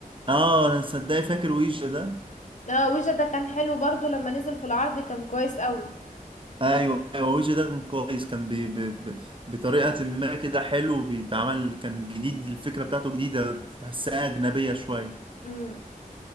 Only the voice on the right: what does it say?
اه انا صدقني فاكر ويجا ده
ايوه ايوه ويجا ده كان كويس كان بي بي بي بطريقة ما كده حلو بيتعمل كان جديد الفكرة بتاعته جديدة تحسها أجنبية شوية